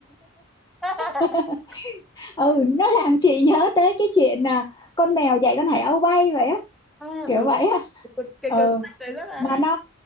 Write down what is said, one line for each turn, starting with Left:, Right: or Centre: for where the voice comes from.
Centre: <laughs>
Left: <laughs> ừ nó làm chị nhớ tới cái chuyện à, con mèo dạy con hải âu bay vậy á
Centre: à,
Left: kiểu
Centre: đúng
Left: vậy á
Centre: cái
Left: ừ
Centre: cuốn sách đấy rất là
Left: mà
Centre: hay.
Left: nó